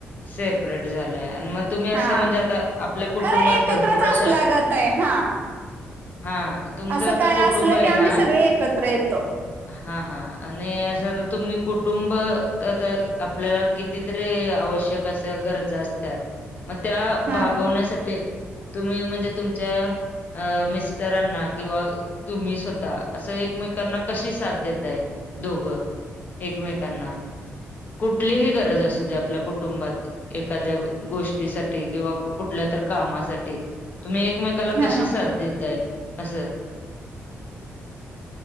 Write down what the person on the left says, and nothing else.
सेपरेट झालंय आणि मग तुम्ही असं
म्हणजे आता, आपल्या कुटुंबात
भरपूर अशा
हा तुमचं
आता
कुटुंब
आहे
ना
हा हा आणि असं तर तुम्ही कुटुंब आपल्याला कितीतरी आवश्य आशा गरजा असत्यात, मग त्या
भागवण्यासाठी तुम्ही म्हणजे तुमच्या, अ मिस्टरांना किंवा तुम्ही स्वतः असं एकमेकांना कशी साथ देतय दोघं एकमेकांना, कुठलीही गरज असू दे आपल्या कुठ कुटुंबात, एखाद्या गोष्टीसाठी किंवा कुठल्या तर कामासाठी, तुम्ही एकमेकाला
कशी
साथ देताय असं